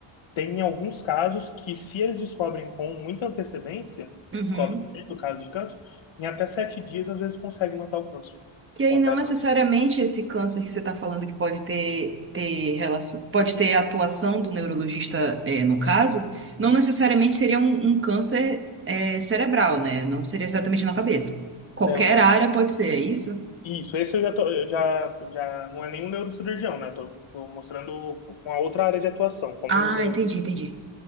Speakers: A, on the left; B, on the right.
A: tem alguns casos que, se eles descobrem com muita antecedência,
B: Uhum.
A: descobrem cedo o caso de câncer, em até sete dias, às vezes, consegue matar o câncer
B: E aí,
A: com
B: não
A: tratamento.
B: necessariamente esse câncer que você está falando que pode ter, ter relação, pode ter atuação do neurologista, eh, no caso, não necessariamente seria um, um câncer, eh, cerebral, né? Não seria exatamente na cabeça. Qualquer
A: Não, não.
B: área pode ser, é isso?
A: Isso, esse eu já tô, eu já, eu já não é nenhum neurocirurgião, né? Tô, tô mostrando uma outra área de atuação, como
B: Ah,
A: o
B: entendi, entendi.